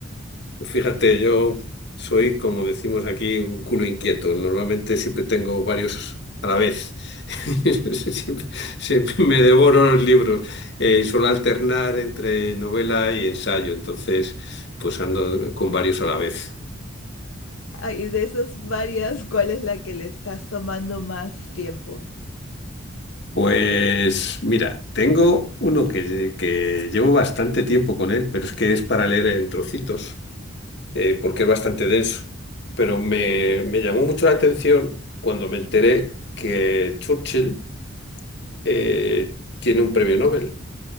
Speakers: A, on the left (about 55°); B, on the left (about 75°).
A: Fíjate, yo soy, como decimos aquí, un culo inquieto. Normalmente siempre tengo varios a la vez. <laughs> Siempre, siempre me devoro los libros. Eh, suelo alternar entre novela y ensayo, entonces pues ando con varios a la vez.
B: Ay, de esas varias, ¿cuál es la que le estás tomando más tiempo?
A: Pues mira, tengo uno que, que llevo bastante tiempo con él, pero es que es para leer en trocitos. eh, porque es bastante denso. Pero me, me llamó mucho la atención cuando me enteré que Churchill eh, tiene un premio Nobel